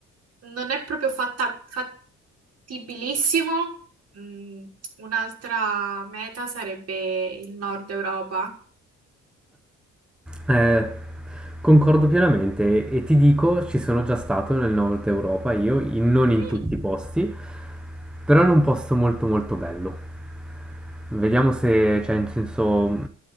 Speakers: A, on the right (about 55°); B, in the centre.
A: non è proprio fatta- fattibilissimo, mm, un'altra meta sarebbe il nord Europa.
B: Eh, concordo pienamente e ti dico, ci sono già stato nel nord Europa, io, in- non in
A: Mm,
B: tutti i posti, però in un posto molto molto bello. Vediamo se, cioè, in senso, mh,